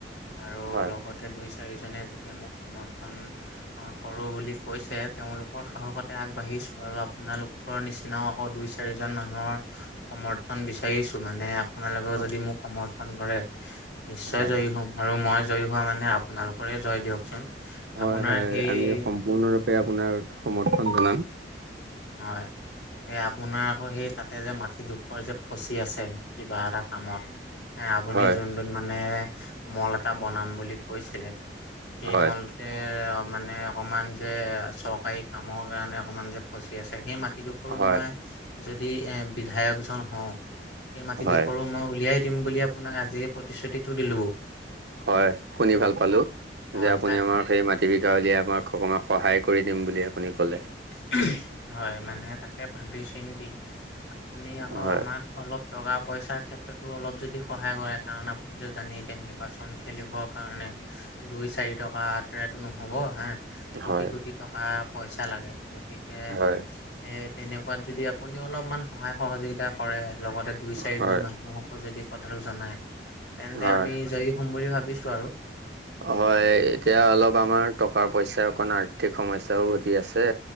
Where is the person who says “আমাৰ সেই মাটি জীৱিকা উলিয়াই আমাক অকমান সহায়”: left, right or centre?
Right